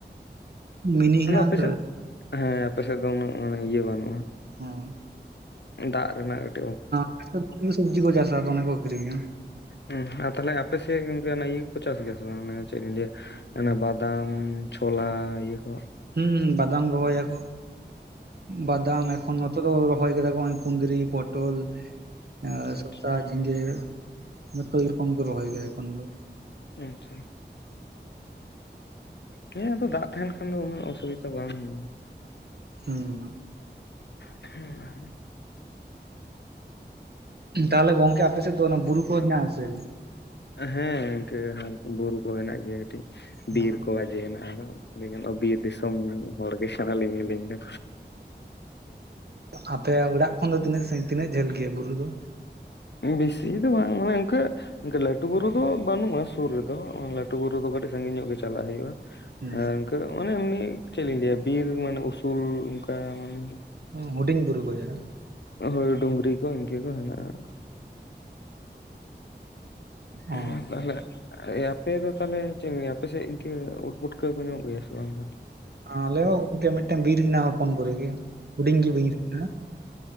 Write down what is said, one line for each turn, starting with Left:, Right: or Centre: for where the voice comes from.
Right: ᱢᱤᱱᱤ ᱦᱮᱱᱟᱜ
Left: ᱟᱫᱚ ᱟᱯᱮ
Right: ᱟᱥᱮ
Left: ᱥᱮᱫ᱾ ᱦᱮᱸ ᱟᱯᱮ ᱥᱮᱫ ᱫᱚ ᱩᱱᱟᱹᱜ ᱢᱟᱱᱮ ᱤᱭᱟᱹ ᱵᱟᱹᱱᱩᱜᱼᱟ᱾
Right: ᱦᱩᱸ᱾
Left: ᱫᱟᱜ ᱨᱮᱱᱟᱜ ᱜᱮ᱾
Right: ᱦᱮᱸ <unintelligible> ᱥᱚᱵᱽᱡᱤ ᱠᱚ ᱪᱟᱥᱟ ᱟᱫᱚ ᱚᱱᱟ ᱠᱚ ᱠᱨᱤᱧᱟ᱾
Left: ᱦᱩᱸ ᱟᱨ ᱛᱟᱦᱞᱮ ᱟᱯᱮᱥᱮᱫ ᱜᱚᱝᱠᱮ ᱚᱱᱟ ᱤᱭᱟᱹ ᱠᱚᱠᱚ ᱪᱟᱥ ᱜᱮᱭᱟ ᱥᱮ ᱵᱟᱝ ᱚᱱᱟ ᱪᱮᱫ ᱤᱧ ᱞᱟᱹᱭᱟ? ᱢᱟᱱᱮ ᱵᱟᱫᱟᱢ ᱪᱷᱳᱞᱟ ᱤᱭᱟᱹ ᱠᱚ᱾
Right: ᱦᱩᱸ ᱵᱟᱫᱟᱢ ᱨᱚᱦᱚᱭᱟ ᱠᱚ᱾ ᱵᱟᱫᱟᱢ ᱮᱠᱷᱚᱱ ᱱᱚᱛᱮ ᱫᱚ ᱨᱚᱦᱚᱭ ᱠᱟᱫᱟ ᱠᱚ ᱦᱚᱸᱜ-ᱚᱭ ᱠᱩᱫᱨᱤ ᱯᱚᱴᱚᱞ᱾ ᱟᱸ
Left: ᱟᱪᱪᱷᱟ
Right: ᱥᱚᱥᱟ ᱡᱷᱤᱸᱜᱟᱹ ᱡᱚᱛᱚ ᱜᱮ ᱨᱚᱠᱚᱢ ᱜᱮ ᱨᱚᱦᱚᱭ ᱜᱮᱭᱟ ᱮᱠᱷᱚᱱ ᱫᱚ᱾
Left: ᱟᱪᱪᱷᱟ᱾ ᱦᱮᱸ ᱟᱫᱚ ᱫᱟᱜ ᱛᱟᱦᱮᱱ ᱠᱷᱟᱱ ᱫᱚ ᱩᱱᱟᱹᱜ ᱚᱥᱩᱵᱤᱛᱟ ᱵᱟᱝ ᱦᱩᱭᱩᱜ᱾
Right: ᱦᱮᱸ᱾
Left: ᱦᱮᱸ ᱟᱫᱚ
Right: ᱟᱨ ᱛᱟᱦᱚᱞᱮ ᱜᱚᱝᱠᱮ ᱟᱯᱮᱥᱮᱫ ᱫᱚ ᱚᱱᱟ ᱵᱩᱨᱩ ᱠᱚ ᱦᱤᱱᱟᱹᱜ ᱟ ᱥᱮ?
Left: ᱦᱮᱸ ᱜᱚᱝᱠᱮ ᱵᱩᱨᱩ ᱠᱚ ᱦᱮᱱᱟᱜ ᱜᱮᱭᱟ ᱠᱟᱹᱴᱤᱡ
Right: ᱦᱮᱸ,
Left: ᱵᱤᱨ ᱠᱚ ᱜᱟᱡᱮ ᱦᱮᱱᱟᱜᱼᱟ᱾ ᱡᱮᱢᱚᱱ ᱚ ᱵᱤᱨ ᱫᱤᱥᱚᱢ ᱦᱚᱲ ᱜᱮ ᱥᱟᱱᱟ ᱞᱤᱧ ᱟᱹᱞᱤᱧ ᱫᱚ᱾
Right: ᱟᱯᱮ ᱚᱲᱟᱜ ᱠᱷᱚᱱ ᱫᱚ ᱛᱤᱱᱟᱹᱜ ᱥᱟᱺᱜᱤᱧ ᱛᱤᱱᱟᱹᱜ ᱡᱷᱟᱹᱞ ᱜᱮᱭᱟ ᱵᱩᱨᱩ ᱫᱚ?
Left: ᱵᱤᱥᱤ ᱫᱚ ᱵᱟᱝ ᱢᱟᱱᱮ ᱚᱱᱠᱟ ᱤᱱᱠᱟᱹ ᱞᱟᱹᱴᱩ ᱵᱩᱨᱩ ᱫᱚ ᱵᱟᱹᱱᱩᱜᱼᱟ ᱥᱩᱨ ᱨᱮᱫᱚ ᱟ ᱞᱟᱴ ᱴᱩ ᱵᱩᱨᱩ ᱫᱚ ᱠᱟᱹᱴᱤᱡ ᱥᱟᱺᱜᱤᱧ ᱧᱚᱜ ᱜᱮ ᱪᱟᱞᱟᱜ ᱦᱩᱭᱩᱜᱼᱟ
Right: ᱦᱩᱸ,
Left: ᱟᱨ ᱤᱱᱠᱟᱹ ᱢᱟᱱᱮ ᱮᱢᱱᱤ ᱪᱮᱫ ᱞᱤᱧ ᱞᱟᱹᱭᱟ ᱵᱤᱨ ᱢᱟᱱᱮ ᱩᱥᱩᱞ ᱚᱱᱠᱟ ᱢᱟᱱᱮ
Right: ᱦᱩᱸ ᱦᱩᱰᱤᱧ ᱵᱩᱨᱩ ᱵᱚᱭᱦᱟ᱾
Left: ᱦᱳᱭ ᱰᱩᱝᱨᱤ ᱠᱚ ᱤᱱᱠᱟᱹ ᱠᱚ ᱦᱮᱱᱟᱜᱼᱟ᱾
Right: ᱚ
Left: ᱦᱮᱸ ᱛᱟᱦᱞᱮ ᱮ ᱟᱯᱮ ᱫᱚ ᱛᱟᱦᱞᱮ ᱪᱮᱫ ᱤᱧᱞᱟᱹᱭᱟ ᱟᱞᱮᱥᱮᱫ ᱤᱱᱠᱟᱹ ᱩᱫᱽ ᱯᱩᱴᱠᱟᱹ ᱠᱚ ᱧᱟᱢᱚᱜ ᱜᱮᱭᱟ? ᱥᱮ ᱵᱟᱝ ᱛᱟᱦᱞᱮ?
Right: ᱟᱞᱮᱦᱚᱸ ᱜᱚᱝᱠᱮ ᱢᱤᱫᱴᱮᱱ ᱵᱤᱨ ᱦᱮᱱᱟ-ᱲ ᱦᱚᱯᱚᱱ ᱠᱚᱨᱮ ᱜᱮ᱾ ᱦᱩᱰᱩᱧ ᱜᱮ <unintelligible>